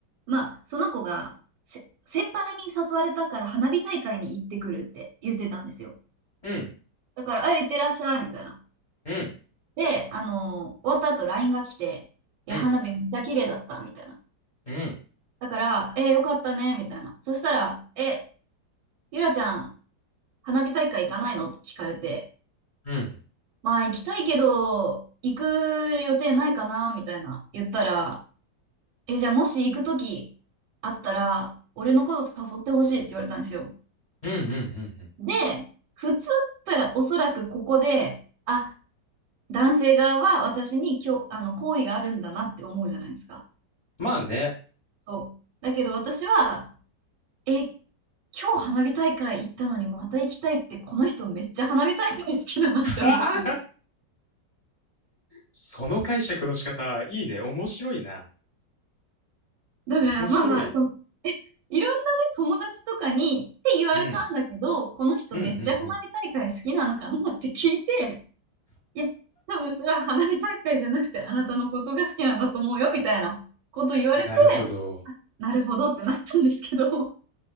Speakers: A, on the right (about 75°); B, on the left (about 25°).
A: まあ、その子がせ先輩に誘われたから花火大会に行ってくるって言ってたんですよ。
B: うん、
A: だから、あ、行ってらっしゃい、みたいな。
B: うん、
A: で、あのー終わった後 LINE が来て、いや、
B: うん、
A: 花火めっちゃ綺麗だった、みたいな。
B: うん、
A: だから、えーよかったね、みたいな。そしたら、え、ゆらちゃん、花火大会行かないのって聞かれて、
B: うん、
A: まあ行きたいけど、行く予定ないかなみたいな言ったら、え、じゃあもし行くときあったら、俺のこと誘ってほしいって言われたんですよ。
B: うん、うん、うん。うん
A: で、普通だったらおそらくここで、あ、男性側は私に今日、あの、好意があるんだなって思うじゃないですか。
B: まあね。
A: そう。だけど私は、え、今日花火大会行ったのにまた行きたいって、この人めっちゃ花火大会好きだなって思った。
B: <laughs> その解釈の仕方、いいね。面白いな。
A: だからまあまあ、
B: 面白い。
A: その <laughs> いろんなね、友達とかにって言われたんだけど、
B: うん、
A: この人めっちゃ花火大会好きなのかなって聞いて、
B: うん、うん、うん。
A: いや、多分それは花火大会じゃなくてあなたのことが好きなんだと思うよみたいなこと言われて、
B: なるほど。
A: なるほどってなったんですけど、